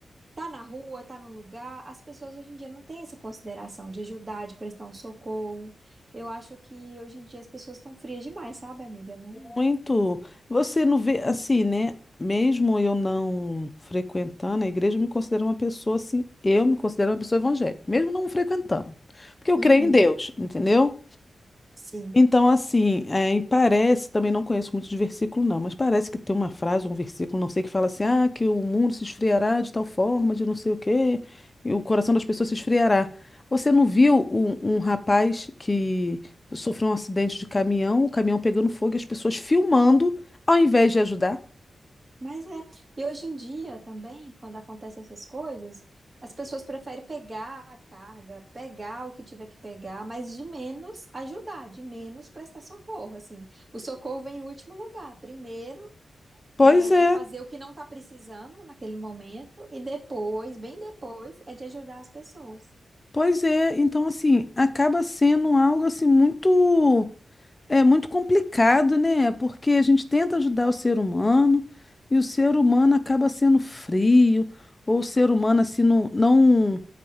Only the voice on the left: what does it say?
Muito. Você não vê, assim, né? Mesmo eu não frequentando a igreja, eu me considero uma pessoa assim. Eu me considero uma pessoa evangélica, mesmo não frequentando. Porque eu
creio em Deus, entendeu?
Então, assim, é, e parece, também não conheço muito de versículo, não, mas parece que tem uma frase, um versículo, não sei, que fala assim, ah, que o mundo se esfriará de tal forma, de não sei o quê, e o coração das pessoas se esfriará. Você não viu um, um rapaz que sofreu um acidente de caminhão, o caminhão pegando fogo e as pessoas filmando, ao invés de ajudar?
Pois
é,
pois é. Então, assim, acaba sendo algo assim muito. É muito complicado, né? Porque a gente tenta ajudar o ser humano e o ser humano acaba sendo frio, ou o ser humano assim não, não,